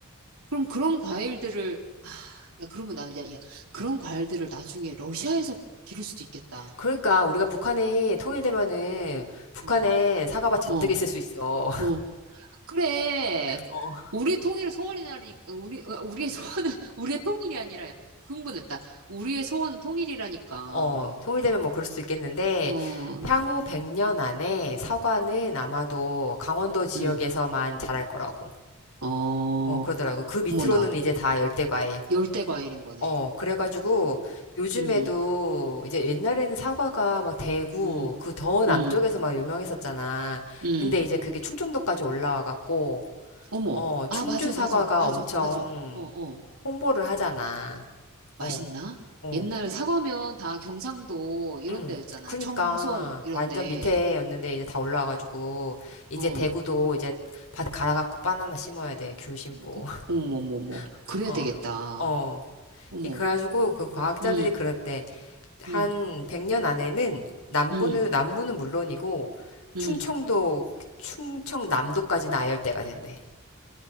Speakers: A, on the right; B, on the left.
A: 그럼 그런 과일들을, 아, 야, 그러면 나는, 야, 야, 그런 과일들을 나중에 러시아에서 기를 수도 있겠다.
B: 그러니까 우리가 북한이 통일되면은 북한에
A: 어,
B: 사과밭 잔뜩
A: 어,
B: 있을 수 있어.
A: 어. 그래.
B: <laughs> 어,
A: 우리의 통일은 소원이라니까, 우리, 어, 우리의 소원은, <laughs> 우리의 통일이 아니라, 야, 흥분했다. 우리의 소원은 통일이라니까.
B: 어, 통일되면 뭐 그럴 수도 있겠는데
A: 어,
B: 향후 100년 안에 사과는 아마도 강원도 지역에서만
A: 응,
B: 자랄 거라고.
A: 어,
B: 어, 그러더라고. 그 밑으로는
A: 어머나.
B: 이제 다 열대과일.
A: 열대 과일인 거네.
B: 어, 그래가지고 요즘에도
A: 응,
B: 이제 옛날에는 사과가 막 대구
A: 응,
B: 그 더 남쪽에서
A: 응,
B: 막 유명했었잖아.
A: 응.
B: 근데 이제 그게 충청도까지 올라와갖고
A: 어머.
B: 어, 충주
A: 아, 맞아,
B: 사과가
A: 맞아, 맞아,
B: 엄청
A: 맞아. 어, 어.
B: 홍보를 하잖아.
A: 맛있나?
B: 어, 어,
A: 옛날 사과면 다 경상도 이런
B: 응.
A: 데였잖아.
B: 그니까
A: 청송, 이런
B: 완전
A: 데.
B: 밑에였는데 이제 다 올라와가지고 이제
A: 어,
B: 대구도 이제 밭 갈아갖고 바나나 심어야 돼. 귤 심고.
A: 그, 어머, 어머, 어머.
B: <laughs>
A: 그래야
B: 어,
A: 되겠다.
B: 어.
A: 어머,
B: 이 그래가지고 그 과학자들이
A: 응
B: 그랬대. 한
A: 응
B: 100년 안에는 남부는
A: 음,
B: 남부는 물론이고
A: 음,
B: 충청도 충청남도까지는 아열대가 된대.